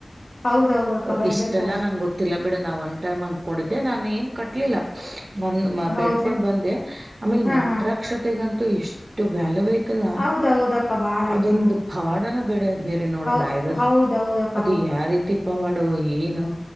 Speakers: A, on the left; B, on the right.
A: ಹೌದೌದಕ್ಕ
B: ಓ
A: ಬರ್ದಿರ್ತಾರ
B: ಇಷ್ಟೆಲ್ಲಾ ನಂಗೆ ಗೊತ್ತಿಲ್ಲ ಬಿಡ ನಾವ್ ಒಂದ ಟೈಮ್ ಅನ್ಕೊಂಡಿದ್ದೆ ನಾನು ಏನ್ ಕಟ್ಲಿಲ್ಲ ಮ
A: ಹೌದೇನ್
B: ಬೆಡ್ಕೊಂಡ್ ಬಂದೆ ಆಮೇಲೆ
A: ಹಾ
B: ಮಂತ್ರಾಕ್ಷತೆಗಂತೂ
A: ಹಾ
B: ಎಷ್ಟು ವ್ಯಾಲ್ಯೂ ಐ ಲ್ಲ
A: ಹೌದೌದಕ್ಕ ಬಾಳ
B: ಅದೊಂದು
A: ಐತಿ
B: ಪವಾಡನ ಬೇಡ ಬೇರೆ ನೋಡೋರ
A: ಹೌ
B: ಇರೋದ್
A: ಹೌದೌದಕ್ಕ
B: ಅದು ಯಾವ ರೀತಿ ಪವಾಡೋ ಏನು